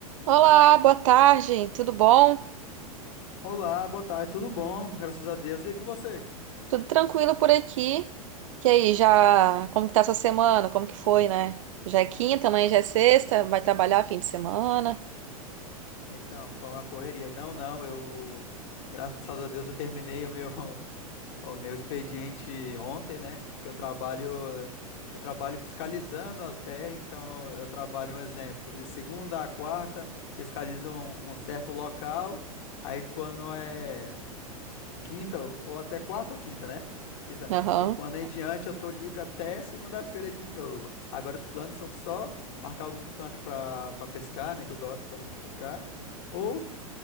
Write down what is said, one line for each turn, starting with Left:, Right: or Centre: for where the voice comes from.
Right: Olá, boa tarde, tudo bom?
Left: Olá, boa tarde, tudo bom? Graças a Deus. E com você?
Right: Tudo tranquilo por aqui? E aí, já, como que tá sua semana? Como que foi, né? Já é quinta, amanhã
Left: Ah,
Right: já é sexta, vai trabalhar fim de semana?
Left: Então, foi uma correria. Não, não, eu. Graças a Deus eu terminei o meu, <laughs> o meu expediente ontem, né? Que eu trabalho. Eu trabalho fiscalizando as BR, então eu trabalho um exemplo. De segunda a quarta, fiscalizo um, um certo local. Aí quando é. Quinta, ou ou até quarta ou quinta, né? Exato.
Right: Aham.
Left: E quando é em diante, eu tô livre até segunda-feira de novo. Agora os planos são só marcar algum canto pra, pra pescar, né? Que eu gosto bastante de pescar. Ou,